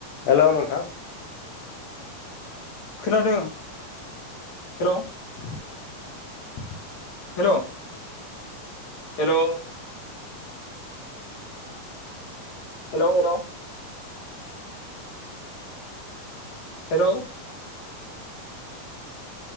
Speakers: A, on the left; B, on the left.
A: हेल' नोंथां
B: खोनादों हेल'
A: <inaudible>
B: हेल' हेल' हेल' हेल' हेल'